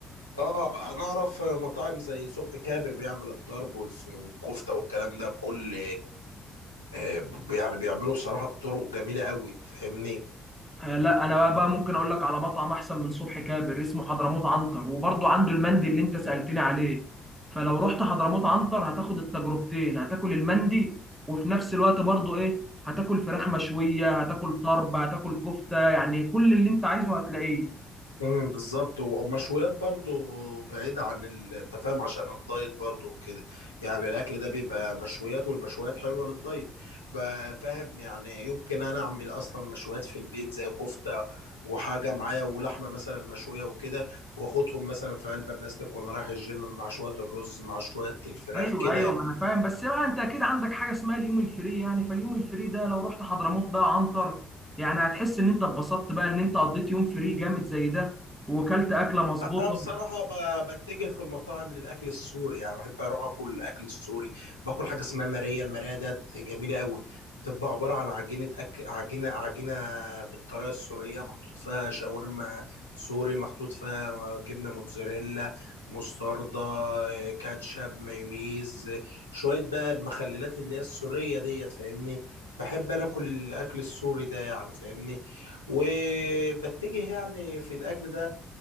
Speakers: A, on the left; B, in the centre.
A: اه انا اعرف مطاعم زي صبحي كابر بيعمل الطرب والف... والكفته والكلام ده بكل آه، يعني بيعملوا بصراحه بطرق جميله قوي فاهمني
B: آه، لا انا بقى, بقى ممكن اقول لك على مطعم احسن من صبحي كابر اسمه حضرموت عنتر وبرضه عنده المندي اللي انت سألتني عليه فلو رحت حضرموت عنتر هتاخد التجربتين هتاكل المندي وفي نفس الوقت برضه ايه هتاكل فراخ مشوية هتاكل طرب هتاكل كفتة يعني كل اللي انت عايزه هتلاقيه
A: امم بالظبط ومشويات برضو بعيدة عن ال... انت فاهم عشان الدايت برضو وكده يعني الاكل ده بيبقى مشويات والمشويات حلوة للدايت بقى فاهم يعني يمكن انا اعمل اصلا مشويات في البيت زي كفتة وحاجة معايا ولحمة مثلا مشوية وكده واخدهم مثلا في علبة بلاستيك وانا رايح الجيم مع شوية الرز مع شوية الفراخ
B: ايوه
A: كده
B: ايوه ما انا فاهم بس بقى انت اكيد عندك حاجه اسمها اليوم الفري يعني فاليوم الفري ده لو رحت حضرموت بقى عنتر يعني هتحس ان انت اتبسطت بقى ان انت قضيت يوم فري جامد زي ده وكلت اكله مظبوطه
A: انا بصراحه ب- بتجه في المطاعم للاكل السوري يعني بحب اروح اكل الاكل السوري باكل حاجه اسمها ماريه الماريه ده جميله قوي بتبقى عباره عن عجينه أك... عجينه عجينه بالطريقه السوريه محطوط فيها شاورما سوري محطوط فيها جبنه موتزاريلا مستردة كاتشب مايونيز شويه بقى المخللات اللي هي السوريه ديت فاهمني بحب انا اكل الاكل السوري ده يعني فاهمني وبتجه يعني في الاكل ده